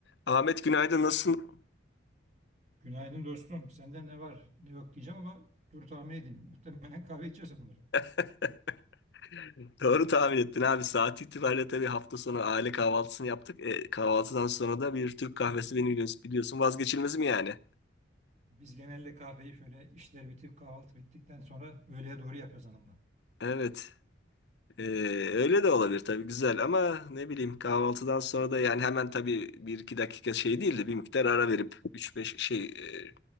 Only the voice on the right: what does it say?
Günaydın dostum. Senden ne var ne yok diyeceğim ama dur tahmin edeyim. Muhtemelen kahve içiyorsundur.
Biz genelde kahveyi şöyle işler bitip kahvaltı bittikten sonra öğleye doğru yapıyoruz hanımla.